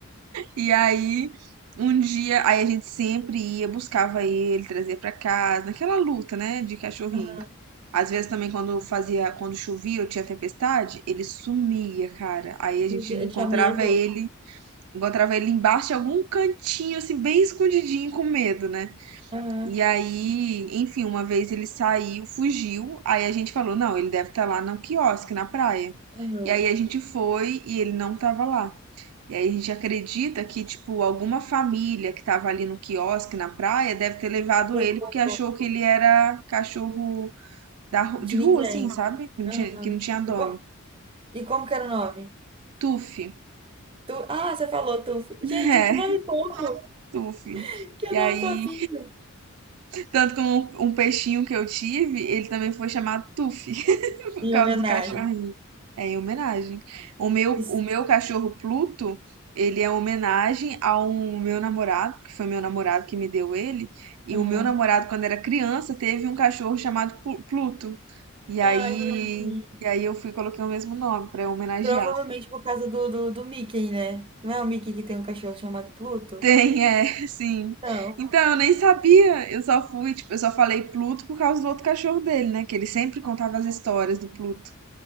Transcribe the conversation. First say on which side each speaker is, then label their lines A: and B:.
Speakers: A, on the right; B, on the right.
A: E aí, um dia, aí a gente sempre ia, buscava ele, trazia pra casa, naquela luta, né, de cachorrinho.
B: Aham.
A: Às vezes também quando fazia, quando chovia ou tinha tempestade, ele sumia, cara. Aí a gente
B: Meu Deus,
A: encontrava
B: Eu tinha medo.
A: ele Encontrava ele embaixo de algum cantinho, assim, bem escondidinho, com medo, né?
B: Aham,
A: E aí, enfim, uma vez ele saiu, fugiu. Aí a gente falou: não, ele deve estar lá no quiosque, na praia.
B: aham.
A: E aí a gente foi e ele não tava lá. E aí a gente acredita que, tipo, alguma família que tava ali no quiosque, na praia, deve ter levado
B: Pegou
A: ele porque achou que ele era cachorro da, ru-
B: de
A: de rua,
B: ninguém.
A: assim, sabe? Que não
B: Aham.
A: tinha, que não tinha dono.
B: E, co- e como que era o nome?
A: Tufi.
B: Tu... Ah, você falou, tu.
A: <laughs>
B: Gente, que nome
A: É,
B: fofo!
A: Tufi.
B: Que
A: E
B: nome
A: aí
B: fofinho!
A: Tanto que um, um peixinho que eu tive, ele também foi chamado Tufi, <laughs> por
B: Em
A: causa
B: homenagem.
A: do cachorrinho. É em homenagem. O meu,
B: Isso.
A: o meu cachorro Pluto, ele é homenagem ao meu namorado, que foi meu namorado que me deu ele. E
B: Aham.
A: o meu namorado, quando era criança, teve um cachorro chamado Plu- Pluto. E
B: Ai,
A: aí,
B: que bonitinho.
A: e aí eu fui e coloquei o mesmo nome pra homenagear.
B: Provavelmente por causa do, do, do Mickey, né? Não é o Mickey que tem um cachorro chamado Pluto?
A: Tem, é, <laughs> sim.
B: Não.
A: Então, eu nem sabia. Eu só fui, tipo, eu só falei Pluto por causa do outro cachorro dele, né? Que ele sempre contava as histórias do Pluto.